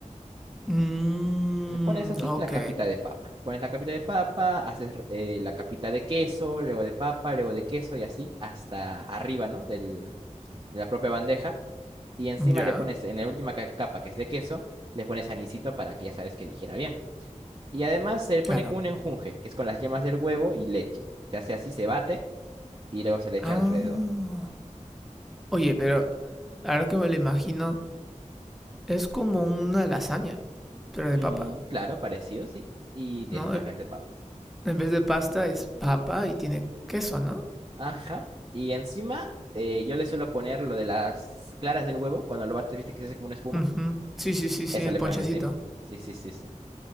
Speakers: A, in the centre; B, on the right.
A: Mm,
B: Entonces pones así
A: ok.
B: la capita de papa. Pones la capita de papa, haces eh, la capita de queso, luego de papa, luego de queso y así hasta arriba, ¿no? Del, de la propia bandeja Y encima
A: Ya.
B: le pones, en la última ca- capa, que es de queso, le pones anisito para que ya sabes que dijera bien. Y además se le
A: Claro.
B: pone con un enjunje, que es con las yemas del huevo y leche. Se hace así, se bate y luego se le echa
A: Ah.
B: alrededor.
A: Oye, pero ahora que me lo imagino, es como una lasaña, pero
B: Mm,
A: de papa,
B: claro, parecido, sí. Y tienes,
A: ¿no?
B: claro,
A: E-
B: es de papa.
A: En vez de pasta es papa y tiene queso, ¿no?
B: Ajá. Y encima eh, yo le suelo poner lo de las claras del huevo. Cuando lo bates, viste que se hace como una espuma.
A: Ujú. Sí, sí, sí, sí,
B: Eso
A: el
B: le
A: ponchecito.
B: pones encima. Sí, sí, sí, sí.